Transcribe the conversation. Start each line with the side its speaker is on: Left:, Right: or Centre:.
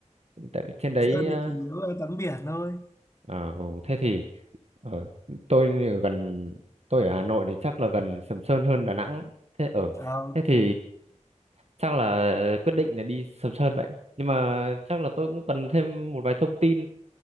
Right: Tại vì trên đấy
Left: Sơn
Right: à
Left: thì chủ yếu là tắm biển thôi
Right: ờ, thế thì ở tôi thì ở gần tôi ở Hà Nội thì chắc là gần Sầm Sơn hơn Đà Nẵng. Thế ở
Left: Ờ, ok
Right: thế thì chắc là quyết định là đi Sầm Sơn vậy. Nhưng mà chắc là tôi cũng cần thêm một vài thông tin